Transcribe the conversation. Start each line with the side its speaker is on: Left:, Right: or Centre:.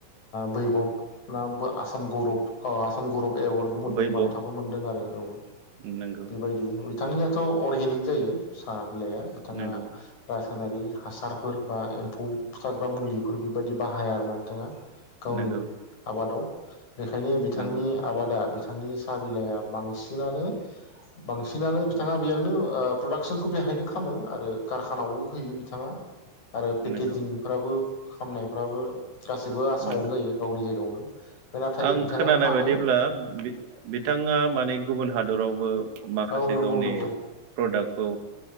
Left: बैभब ना आसाम गौरब आसाम गौरब एवार्डबो मोनदों
Right: बै
Left: बान्थाबो
Right: ब
Left: मोनदों आरो औ
Right: नंगौ
Left: बेबायदि बिथांनियाथ' अर्गेनिक जायो साहा बिलाया बिथाङा
Right: नंगौ
Left: नासारि हासार फोर बा एम्फौ फुथाग्रा मुलिफोर बेबायदि बाहाया आरोना बिथाङा गावनि
Right: नंगौ
Left: आबादाव बेखायनो बिथांनि
Right: नंगौ
Left: आबादा बिथां बिथांनि साहा बिलाइआ बांसिनानो बांसिनानो बिथाङा बेयावनो प्रडाक्सनखौ बेहायनो खालामो आरो कारखानावबो होयो बिथाङा। आरो पेकेजिंफ्राबो
Right: नंगौ
Left: खामनायफ्राबो गासैबो आसामावनो
Right: नंगौ
Left: जायो गावनि जायगायावनो नाथाय
Right: आं
Left: बिथाङा
Right: खोनानाय
Left: फानो
Right: बायदिब्ला बिथाङा माने गुबुन हादरावबो माखासे
Left: औ नंगौ
Right: गावनि
Left: नंगौ
Right: प्रडाक्टखौ